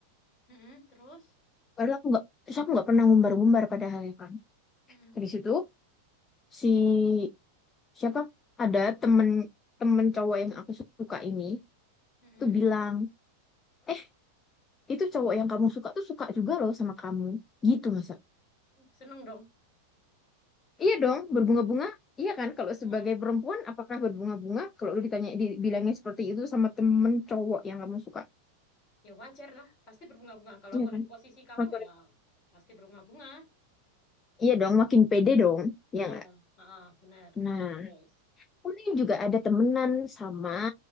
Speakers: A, on the left (about 40°); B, on the left (about 20°).
A: Mm-mm. Terus?
B: padahal aku nggak terus aku nggak pernah ngumbar-ngumbar padahalnya kan
A: Mm-mm.
B: dari situ si siapa ada temen temen cowok yang aku suka ini
A: Mm-mm.
B: tuh bilang eh itu cowok yang kamu suka tuh suka juga loh sama kamu gitu masa
A: Seneng dong.
B: iya dong berbunga-bunga iya kan kalau
A: Mm.
B: sebagai perempuan apakah berbunga-bunga kalau lu ditanya dibilangnya seperti itu sama temen cowok yang kamu suka
A: Ya wajar lah, pasti berbunga-bunga. Kalau
B: iya
A: aku ada
B: kan
A: di posisi kamu
B: Maka
A: ya pasti berbunga-bunga.
B: Iya dong, makin pede dong. Ya
A: Iya,
B: nggak?
A: ah, benar.
B: Nah,
A: Terus?
B: aku nih juga ada temenan sama